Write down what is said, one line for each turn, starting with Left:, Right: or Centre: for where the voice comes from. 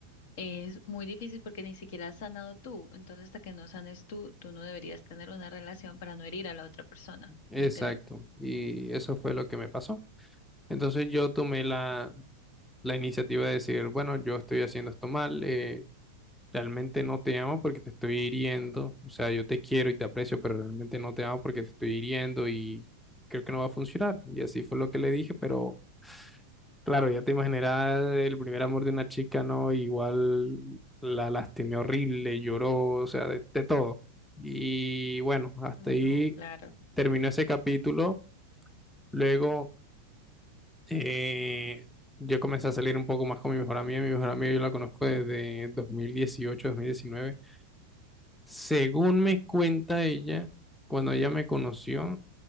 Left: es muy difícil porque ni siquiera has sanado tú. Entonces, hasta que no sanes tú, tú no deberías tener una relación para no herir a la otra persona,
Centre: exacto.
Left: literal.
Centre: Y eso fue lo que me pasó. Entonces yo tomé la, la iniciativa de decir, bueno, yo estoy haciendo esto mal, eh, realmente no te amo porque te estoy hiriendo. O sea, yo te quiero y te aprecio, pero realmente no te amo porque te estoy hiriendo y creo que no va a funcionar. Y así fue lo que le dije, pero claro, ya te imaginarás el primer amor de una chica, ¿no? Igual la lastimé horrible, lloró, o sea, de de todo. Y bueno, hasta
Left: No,
Centre: ahí
Left: claro.
Centre: terminó ese capítulo. Luego, eh, yo comencé a salir un poco más con mi mejor amiga. Mi mejor amiga yo la conozco desde dos dos mil dieciocho dos mil diecinueve Según me cuenta ella, cuando ella me conoció,